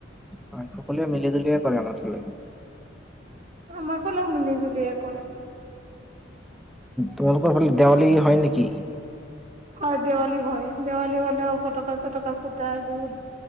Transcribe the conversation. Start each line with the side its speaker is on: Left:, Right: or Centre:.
Centre: হ'য় সকলোৱে মিলি জুলিয়েই কৰে আমাৰ ফালে।
Right: আমাৰ ফালেও মিলি-জুলিয়েই কৰে।
Centre: তোমালোকৰ ফালে দেৱালী হ'য় নেকি?
Right: হয় দেৱালী হয়, দেৱালী হ'লে ফটকা চটকা ফুটাই বহুত